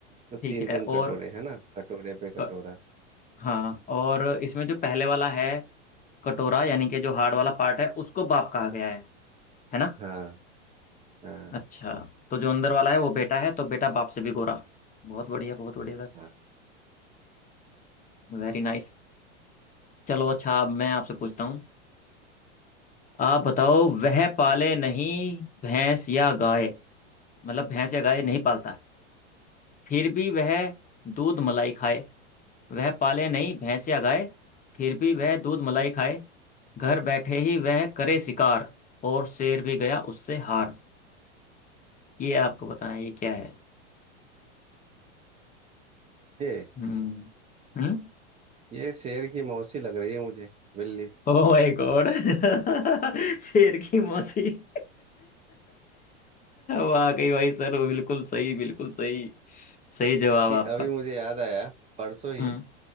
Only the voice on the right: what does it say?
तो तीन
तीन
कटोरे है ना कटोरे पे
कटोरा
हाँ हाँ
हाँ
ठीक
है। ये
ये शेर की मौसी लग रही है मुझे बिल्ली
क्योंकि
अभी मुझे याद आया परसों ही